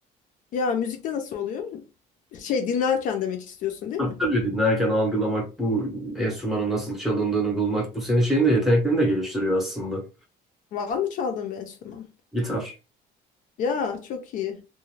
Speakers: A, on the left; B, in the centre.
A: Ya müzikte nasıl oluyor? Şey dinlerken demek istiyorsun değil mi?
B: Tabii dinlerken algılamak, bu enstrümanın nasıl çalındığını bulmak, bu senin şeyini de yeteneklerini de geliştiriyor aslında.
A: Var mı çaldığın bir enstrüman?
B: Gitar.
A: Ya çok iyi.